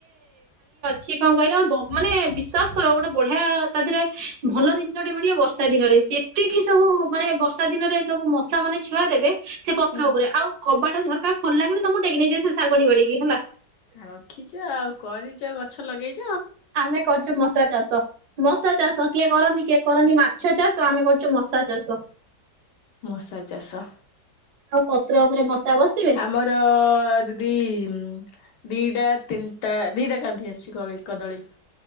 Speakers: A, on the right; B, on the left.
A: ସିଏ କଣ କହିଲ ବ ମାନେ ବିଶ୍ଵାସ କର ଗୋଟେ ବଢ଼ିଆ ତା ଧେରେ ଭଲ ଜିନିଷଟେ ମିଳିବ ବର୍ଷା ଦିନରେ। ଯେତିକି ସବୁ ମାନେ ବର୍ଷା ଦିନରେ ସବୁ ମଶାମାନେ ଛୁଆ ଦେବେ ସେ ପତ୍ର
B: ହୁଁ
A: ଉପରେ ଆଉ କବାଟ ଝର କା ଖୋଲିଲା କ୍ଷିଣି ତମୁକୁ ଟେକି ନେଇଯିବେ ଶାଗୁଆଣୀ ବାଡିକି ହେଲା।
B: ହାର ଦେଖିଚ ଆଉ କରିଚ ଗଛ ଲଗେଇ
A: ଆମେ କରୁ୍ଚୁ ମଶା ଚାଷ ମଶା ଚାଷ। କିଏ କରନ୍ତି କିଏ କରନ୍ତି ମାଛ ଚାଷ ଆମେ କରଚୁ ମଶା ଚାଷ।
B: ମଶା ଚାଷ
A: ଆଉ ପତ୍ର ଉପରେ ମଶା ବସିବେ
B: ଆମର ଦିଦି ଉଁ ଦିଟା ତିନିଟା ଦିଟା କାନ୍ଧି ଆସିଚି କଳୀ କଦଳୀ।